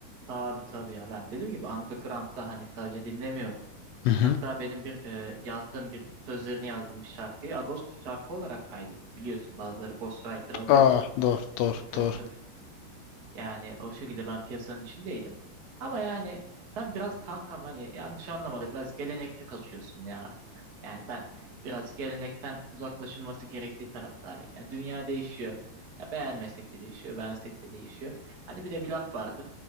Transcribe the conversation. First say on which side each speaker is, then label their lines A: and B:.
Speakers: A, on the right; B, on the left.
A: Tabii tabii ya ben dediğim gibi underground'da hani sadece dinlemiyordum.
B: Hı hı.
A: Hatta benim bir e, yazdığım bir sözlerini yazdığım bir şarkıyı Ados şarkı olarak kaydet. Biliyorsun bazıları ghostwriter alıyor.
B: Aa, doğru, doğru,
A: E, tabii
B: doğru.
A: tabii Yani o şekilde ben piyasanın içindeydim. Ama yani sen biraz kankam hani yanlış anlamadı biraz gelenekçi kaçıyorsun ya artık. Yani ben biraz gelenekten uzaklaşılması gerektiği taraftarıyım. Yani dünya değişiyor. Ya beğenmesek de değişiyor, beğensek de değişiyor. Hani bir de bir laf vardır.